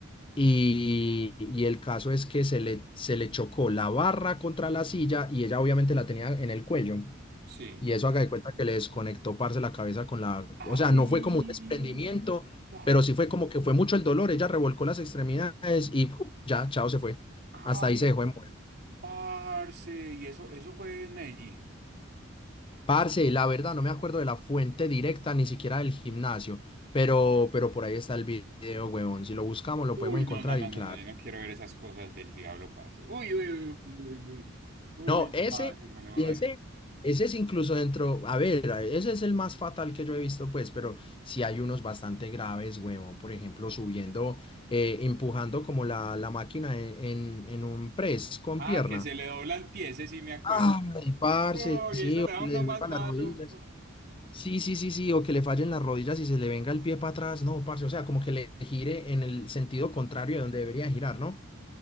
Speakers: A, on the left; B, on the right.
A: Y, y el caso es que se le, se le chocó la barra contra la silla y ella obviamente la tenía en el cuello.
B: sí.
A: Y eso haga de cuenta que le desconectó, parce, la cabeza con la...
B: Ay,
A: O sea, no fue como un desprendimiento,
B: pa-
A: pero sí fue como que fue mucho el dolor. Ella revolcó las extremidades y ¡puf! ya, chao, se fue.
B: ay,
A: Hasta ahí se dejó de mover.
B: parce. Y eso, eso fue en Medellín.
A: Parce, la verdad, no me acuerdo de la fuente directa, ni siquiera del gimnasio, pero, pero por ahí está el video, huevón. Si lo buscamos, lo
B: Uy,
A: podemos encontrar
B: no, no, no,
A: y claro.
B: no, no, yo no quiero ver esas cosas del diablo, parce. Uy, uy, uy, uy, uy, uy,
A: No, ese,
B: parce, me lo
A: y
B: bueno.
A: ese, ese es incluso dentro, a ver, a- ese es el más fatal que yo he visto, pues, pero sí hay unos bastante graves, huevón. Por ejemplo, subiendo, eh, empujando como la, la máquina en, en, en un press con
B: Ah,
A: pierna.
B: que se le doblan pies, ese sí me acuerdo.
A: Ay, parce,
B: Uy,
A: sí,
B: eso le
A: o que
B: da uno
A: le devuelva
B: más maluco.
A: las rodillas. Sí, sí, sí, sí, o que le fallen las rodillas y se le venga el pie para atrás, no, parce, o sea, como que le gire en el sentido contrario de donde debería girar, ¿no?